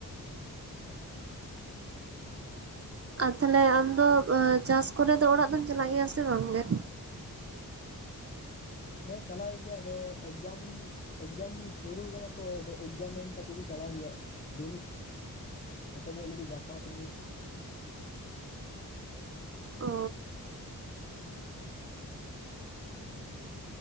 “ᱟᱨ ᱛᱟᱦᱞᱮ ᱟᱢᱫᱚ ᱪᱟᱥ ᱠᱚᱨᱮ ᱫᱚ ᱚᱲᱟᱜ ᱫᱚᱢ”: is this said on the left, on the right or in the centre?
Right